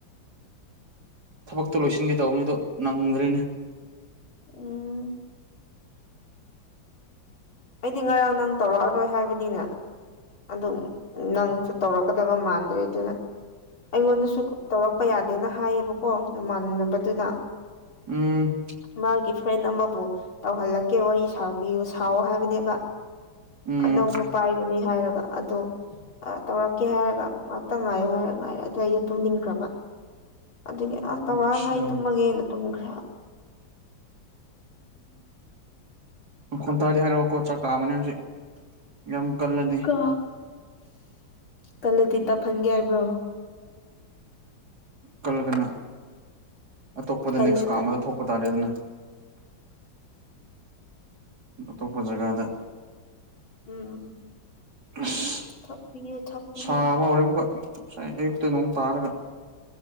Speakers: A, on the right; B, on the left.
A: ꯊꯕꯛꯇꯣ ꯂꯣꯏꯁꯤꯟꯒꯦ ꯇꯧꯕꯅꯤ ꯑꯗꯣ ꯅꯪꯗ꯭ꯔꯔꯤꯅꯦ
B: ꯎꯝ ꯑꯩꯗꯤ ꯉꯔꯥꯡ ꯅꯪ ꯇꯧꯔꯛꯑꯔꯣꯏ ꯍꯥꯏꯕꯅꯤꯅ ꯑꯗꯨꯝ ꯅꯪꯁꯨ ꯇꯧꯔꯛꯀꯗꯕ ꯃꯥꯟꯗ꯭ꯔꯦ ꯑꯗꯨꯅ ꯑꯩꯉꯣꯟꯗꯁꯨ ꯇꯧꯔꯛꯄ ꯌꯥꯗꯦꯅ ꯍꯥꯏꯌꯦꯕꯀꯣ ꯅꯃꯥꯟꯅꯕꯗꯨꯅ
A: ꯎꯝ
B: ꯃꯥꯒꯤ ꯐ꯭ꯔꯦꯟ ꯑꯃꯕꯨ ꯇꯧꯍꯜꯂꯛꯀꯦ ꯋꯥꯔꯤ ꯁꯥꯕꯤꯌꯨ ꯁꯥꯋ ꯍꯥꯏꯕꯅꯦꯕ
A: ꯎꯝ
B: ꯑꯅꯧꯕ ꯄꯥꯏꯕꯅꯦ ꯍꯥꯏꯔꯒ ꯑꯗꯣ ꯇꯧꯔꯛꯀꯦ ꯍꯥꯏꯔꯒ ꯉꯥꯏꯥꯛꯇ ꯉꯥꯏꯌꯨ ꯍꯥꯏꯔꯒ ꯉꯥꯏꯔꯦ ꯑꯗꯨꯗꯣ ꯑꯩꯁꯨ ꯇꯨꯝꯅꯤꯡꯈ꯭ꯔꯕ ꯑꯗꯨꯒꯤ ꯑ ꯇꯧꯔꯅ
A: ꯑꯆꯥ
B: ꯑꯩ ꯇꯨꯝꯃꯒꯦꯅ ꯇꯨꯝꯈ꯭ꯔꯦ
A: ꯎꯝ ꯈꯨ ꯊꯗꯤ ꯍꯥꯏꯔ ꯀꯣ ꯆ ꯀꯥ ꯑꯃꯅꯤꯅꯤ ꯍꯧꯖꯤ ꯌꯥꯝ ꯀꯜꯂꯗꯤ
B: ꯀ ꯀꯜꯂꯗꯤ ꯇꯞꯍꯟꯒꯦ ꯍꯥꯏꯕ꯭ꯔꯣ
A: ꯀꯜꯂꯒꯅ ꯑꯇꯣꯞꯄꯗ
B: ꯀꯜꯂꯦꯅ
A: ꯅꯦꯛꯁ ꯀꯥ ꯑꯃꯗ ꯊꯣꯛꯄ ꯇꯥꯔꯦ ꯑꯗꯨꯅ ꯑꯇꯣꯞꯄ ꯖꯒꯥꯗ
B: ꯎꯝ
A: ꯑ
B: ꯊꯛꯄꯤꯌꯨ ꯊꯛꯄꯤꯌꯨ
A: ꯁꯥꯕ ꯍꯧꯔꯦ ꯑꯃꯨꯛꯀ ꯉꯁꯥꯏ ꯑꯌꯨꯛꯇ ꯅꯣꯡꯨꯛ ꯇꯥꯔꯒ